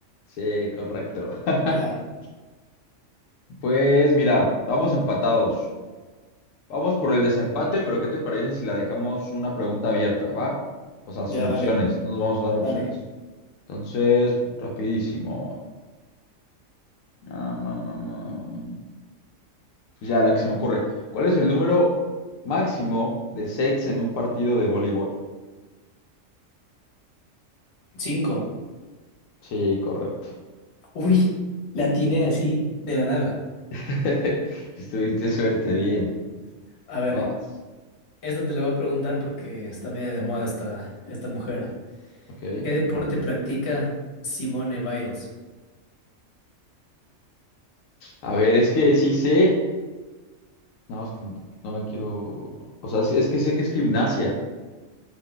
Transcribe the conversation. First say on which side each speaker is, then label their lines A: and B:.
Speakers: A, on the left (about 85°); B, on the left (about 60°).
A: Sí, correcto. <laughs>
B: Ya,
A: Pues mira, vamos empatados. Vamos por el desempate, pero ¿qué te parece si la dejamos una pregunta abierta, va? O sea,
B: ya,
A: sin opciones,
B: dale,
A: no nos vamos a dar
B: dale.
A: opciones. Entonces, rapidísimo. Ah, ma, ma, ma. Pues ya la que se me ocurre. ¿Cuál es el número máximo de sets en un partido de voleibol?
B: Cinco.
A: Sí, correcto.
B: Uy, la atiné
A: Sí.
B: así de la nada.
A: <laughs> Estuviste suerte, bien.
B: A ver,
A: Vas.
B: esta te la voy a preguntar porque está media de moda esta, esta mujer.
A: Ok.
B: ¿Qué deporte practica Simone Biles?
A: A ver, es que sí sé. No, es que no la quiero. O sea, sí- es que sé que es gimnasia.